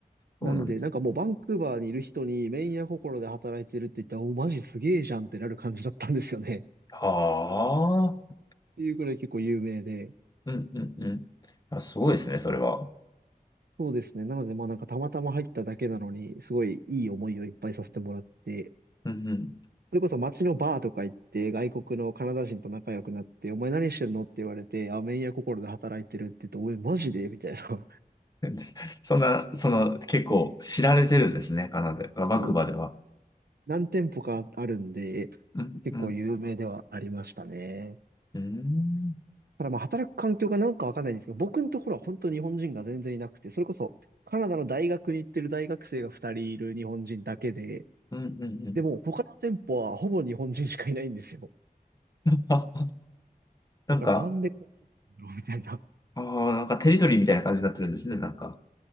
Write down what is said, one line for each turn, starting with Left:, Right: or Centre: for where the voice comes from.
Left: そうなんですね。
Right: なんで、なんかもうバンクーバーにいる人に麺屋心で働いてるって言ったら、お、マジすげえじゃんってなる感じだったんですよね。
Left: はあ。
Right: <laughs> っていうぐらい結構有名で。
Left: うんうんうん。あ、すごいですね、それは。
Right: そうですね。なので、まあなんかたまたま入っただけなのに、すごいいい思いをいっぱいさせてもらって、
Left: うん
Right: それこそ街のバーとか行って、外国のカナダ人と仲良くなって、お前何してんのって言われて、あ、麺屋心で働いてるって言って、おい、マジでみたいな。<laughs>
Left: うん。<laughs> そんな、その、結構知られてるんですね、カナダ、バンクーバーでは。
Right: そうなんです。何店舗かあるんで、
Left: うんうん
Right: 結構有名ではありましたね。
Left: うーん。
Right: ただまあ、働く環境がなんかわかんないんですけど、僕のところは本当日本人が全然いなくて、それこそカナダの大学に行ってる大学生が2人いる日本人だけで、
Left: うんうんうん。
Right: でも他の店舗はほぼ日本人しかいないんですよ。
Left: あ、なんか、
Right: だからなんでこうなってんだろうみたいな。
Left: あーなんかテリトリーみたいな感じになってるんですね、なんか。